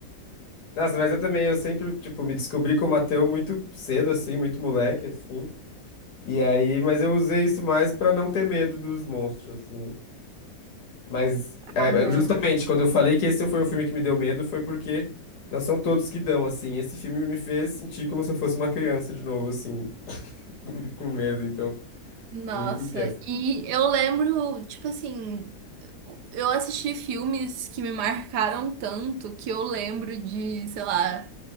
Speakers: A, on the left; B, on the right.
A: Nossa, mas eu também, eu sempre, tipo, me descobri como ateu muito cedo, assim, muito moleque, assim. E aí, mas eu usei isso mais pra não ter medo dos monstros, assim. Mas
B: Ah,
A: é, é,
B: não.
A: justamente quando eu falei que esse foi um filme que me deu medo, foi porque não são todos que dão, assim. Esse filme me fez sentir como se eu fosse uma criança de novo, assim, <laughs> com medo, então
B: Nossa,
A: foi muito intenso.
B: e eu lembro, tipo assim, eu assisti filmes que me marcaram tanto que eu lembro de, sei lá,